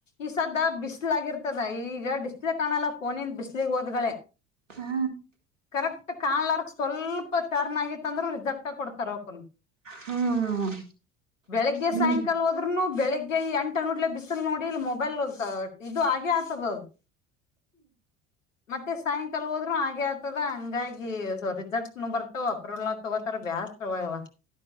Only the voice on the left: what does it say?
ಈಸದ ಬಿಸ್ಲ ಆಗಿರ್ತದ ಈಗ ಡಿಸ್ಪ್ಲೇ ಕಾಣಲ್ಲ ಫೋನಿಂದ ಬಿಸ್ಲಗ್ ಹೋದ್ಗಳೇ.
ಕರೆಕ್ಟ್ ಕಾಣಲಾರಕ್ ಸ್ವಲ್ಪ ಟರ್ನ್ ಆಗಿತ್ತ ಅಂದ್ರರ ರಿಜಕ್ಟ್ ಕೊಡ್ತಾರ ಅವಕುನು.
ಬೆಳಗ್ಗೆ
ಸಾಯಂಕಾಲ ಹೋದ್ರೂನು ಬೆಳಗ್ಗೆ. ಬೆಳಗ್ಗೆ ನೆಂಟನೋಡ್ಲೆ ಬಿಸ್ಲ್ ನೋಡಿ ಇಲ್ಲಿ ಮೊಬೈಲ್ ಇದು ಹಾಗೆ ಆತದ. ಮತ್ತೆ ಸಾಯಂಕಾಲ ಹೋದ್ರೂನು ಹಾಗೆ ಆತದ ಹಂಗಾಗಿ ಸೊ ರಿಜೆಕ್ಟ್ನು ಬರ್ತಾವ ಅಪ್ರೂವಲ್ ನ ತಗೋತಾರ ಬ್ಯಾಸ್. ಯವ್ವ ಯವ್ವ? <inaudible>